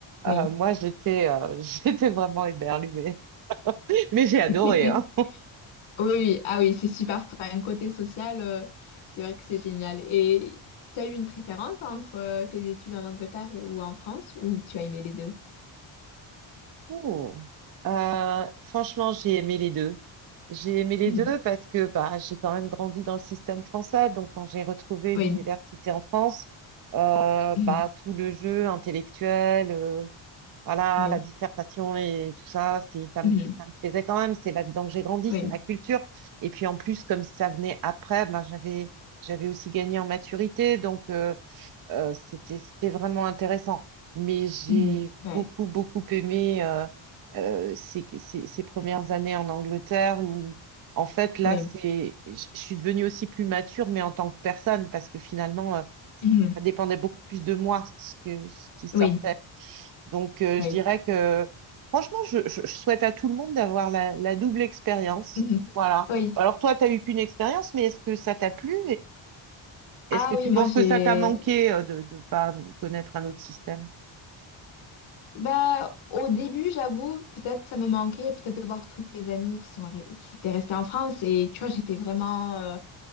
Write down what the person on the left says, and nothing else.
Oui.
<laughs>
Oui, oui. Ah oui, c'est super. Enfin, un côté social, euh, c'est vrai que c'est génial. Et tu as eu une préférence entre euh, tes études en Angleterre ou en France, ou tu as aimé les deux?
Mhm.
Oui.
Mhm.
Oui.
Mhm.
Oui.
Mhm. Ouais.
Oui.
Mhm.
Oui.
Oui.
Mhm.
Oui.
Ah
oui, moi
j'ai.
Bah, au début, j'avoue, peut-être ça me manquait, peut-être de voir tous mes amis qui sont re- qui étaient restés en France. Et tu vois, j'étais vraiment. euh,